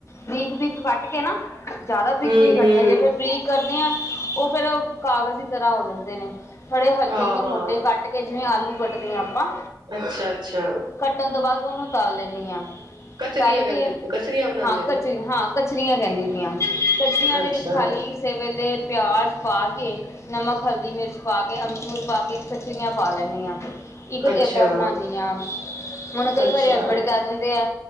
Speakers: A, on the left; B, on the right.
A: ਬਰੀਕ-ਬਰੀਕ ਕੱਟ ਕੇ ਨਾ ਜ਼ਿਆਦਾ ਬਰੀਕ
B: ਹਾਂ
A: ਵੀ
B: ਹਮ
A: ਨਈ ਕੱਟਣੇ,
B: ਹਮ
A: ਜੇ ਫਿਰ ਬਰੀਕ ਕਰਨੇ ਏ, ਉਹ ਫੇਰ ਕਾਗਜ਼ ਦੀ ਤਰ੍ਹਾਂ ਹੋ ਜਾਂਦੇ ਨੇ। ਥੋੜੇ ਹਲਕੇ-ਹਲਕੇ
B: ਹਾਂ
A: ਮੋਟੇ
B: ਹਾਂ
A: ਕੱਟ ਕੇ, ਜਿਵੇਂ ਆਲੂ ਕੱਟਦੇ ਆ ਆਪਾਂ
B: ਅੱਛਾ ਅੱਛਾ
A: ਕੱਟਣ ਤੋਂ ਬਾਅਦ ਉਹਨੂੰ ਤਲ ਲੈਣੀ ਆ।
B: ਕਚਰੀਆਂ
A: ਤਲ
B: ਕਹਿੰਦੇ
A: ਕੇ,
B: ਕਚਰੀਆਂ ਬਣਾਉਂਦੇ
A: ਹਾਂ ਕਚਰੀ,
B: ਹੋ
A: ਹਾਂ ਕਚਰੀਆਂ ਕਹਿੰਦੀ ਬੀ ਆਂ। ਕਚਰੀਆਂ
B: ਅੱਛਾ
A: ਦੇ ਵਿੱਚ, ਖਾਲੀ ਕਿਸੇ ਵੇਲੇ ਪਿਆਜ ਪਾ ਕੇ, ਨਮਕ, ਹਲਦੀ, ਮਿਰਚ ਪਾ ਕੇ, ਅਮਚੂਰ ਪਾ ਕੇ, ਖਚਰੀਆਂ ਪਾ ਲੈਣੀ ਆ, ਇੱਕ ਏਦਾਂ
B: ਅੱਛਾ
A: ਬਨਾਣੀ ਆ। ਹੁਣ ਕਈ
B: ਅੱਛਾ
A: ਵਾਰੀ ਹਸਬਡ ਕੇਹ ਦਿੰਦੇ ਐ